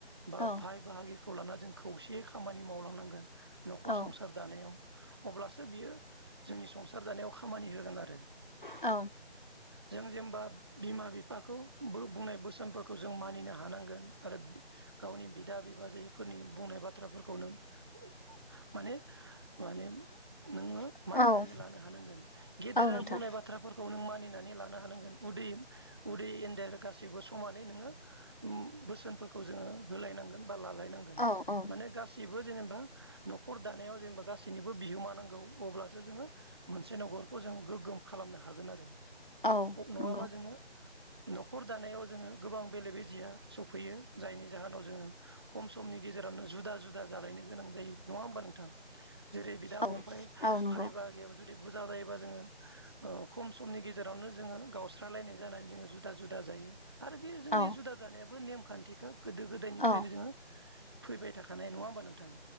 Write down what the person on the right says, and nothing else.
बा
भाय बाहागिखौ खौ लाना जों खौसेयै खामानि मावलांनांगोन नखर
संसार दानायाव अब्लास बियो जोंनि संसार जानायाव खामानि होगोन आरो
जों जेनबा बिमा बि बिफाखौ बो बुंनाय बोसो फोरखौ जों मानिनो हानांगोन आरो गावनि बिदा बिबाजैफोरनि बुंनाय बाथ्राफोरखौ नों ओ माने माने नोङो
मानिनानै लानो हानांगोन गेदेरा
बुंनाय बाथ्राफोरखौ नों मानिनानै नानै लानो हानांगोन उदै उदै एनदेर गासैबो स समानै नोङो उम बोसोनफोरखौ जोङो होलायनांगोन लालायनांगोन
माने गासिबो जेनेबा नखर दानायाव जेनेबा गासैनिबो बिहोमा नांगौ अब्लासो जोङो मोनसे नखर खौ जों गोग्गोम खालामनो हागोन आरो अ
नङाबा
जोङो नखर दानायाव जोङो गोबां बेले बेजेया सौफैयो जायनि जाहोनाव जोङो खम समनि गेजेरावनो जुदा जुदा जालायनो गोनां जायो नङा होमबा नोंथां जेरै बिदा
फंफाइ
फाइ बाहागियाबो जुदि बुरजा जायोबा जोङो अ खम समनि गेजेरावनो जोङो गावस्रालायनाय जानानै जोङो जुदा जुदा जायो। आरो बे जोंनि
जुदा जानायाबो बो नेमखान्थिखो गोदो गोदायनिफ्रायनो
जोङो फैबाय थाखानाय नङा होमबा नोंथां?